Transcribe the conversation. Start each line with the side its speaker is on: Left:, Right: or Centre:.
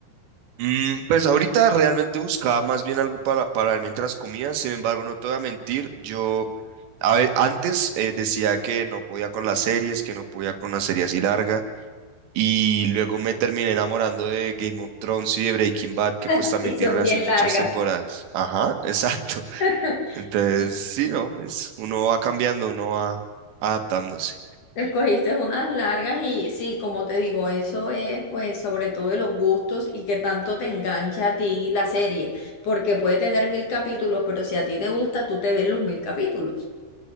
Right: Mm, pues ahorita realmente buscaba más bien algo para, para ver mientras comía, sin embargo, no te voy a mentir, yo a ve- antes eh, decía que no podía con las series, que no podía con una serie así larga, y luego me terminé enamorando de Game of Thrones y de Breaking Bad, que
Left: <laughs>
Right: pues también
Left: Y son
Right: tienen así
Left: bien
Right: muchas
Left: largas.
Right: temporadas. Ajá, <laughs> exacto.
Left: <laughs>
Right: Entonces, sí, no, pues uno va cambiando, uno va adaptándose.
Left: Escogiste unas largas y sí, como te digo, eso es pues sobre todo de los gustos y que tanto te engancha a ti la serie, porque puede tener mil capítulos, pero si a ti te gusta, tú te ves los mil capítulos.